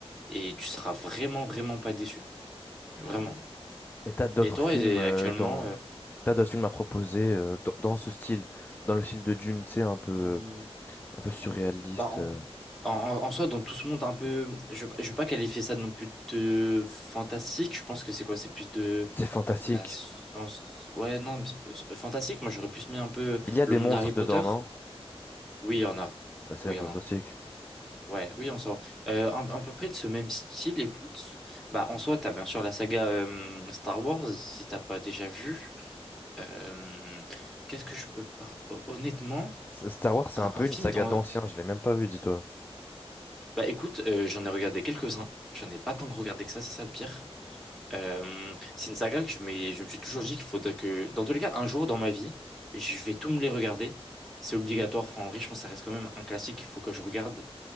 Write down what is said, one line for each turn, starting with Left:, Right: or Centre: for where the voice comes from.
Centre: et tu seras vraiment, vraiment pas déçu. Vraiment.
Left: Et t'as d'autres
Centre: Et toi,
Left: films
Centre: et-
Left: euh,
Centre: actuellement,
Left: dans,
Centre: euh,
Left: t'as d'autres films à proposer euh, dans dans ce style, dans le style de Dune, tu sais, un peu,
Centre: hmm,
Left: un peu surréaliste.
Centre: bah, en,
Left: euh.
Centre: en- en soi, dans tout ce monde un peu, je ne vais pas qualifier ça non plus de fantastique, je pense que c'est quoi? C'est plus de
Left: C'est fantastique.
Centre: la science. Ouais, non, mais c'est- c'est- fantastique, moi j'aurais plus mis un peu
Left: Il y a
Centre: le
Left: des
Centre: monde
Left: monstres
Centre: d'Harry Potter.
Left: dedans, non?
Centre: Oui, il y en a.
Left: Bah, C'est
Centre: Oui,
Left: fantastique.
Centre: il y en a. Ouais, oui, en soi. Euh, un- à peu près de ce même style, écoute. Bah, en soi, t'as bien sûr la saga euh, Star Wars, si t'as pas déjà vu. Euh, qu'est-ce que je peux pas... Hon- Honnêtement,
Left: S- Star Wars, c'est
Centre: un,
Left: un peu
Centre: un film
Left: une saga
Centre: dans...
Left: d'anciens, je l'ai même pas vu, dis-toi.
Centre: Bah, écoute, euh, j'en ai regardé quelques-uns. J'en ai pas tant que regardé que ça, c'est ça le pire. Euh, c'est une saga que je m'ai- je me suis toujours dit qu'il faudrait que... Dans tous les cas, un jour dans ma vie, je vais tout me les regarder. C'est obligatoire. Enfin, en vrai, je pense que ça reste quand même un classique qu'il faut que je regarde.